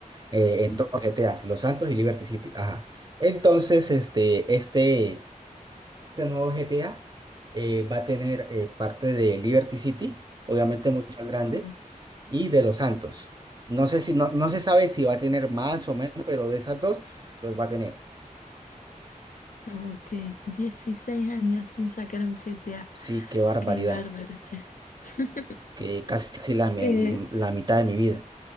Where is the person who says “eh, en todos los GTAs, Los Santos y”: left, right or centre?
Right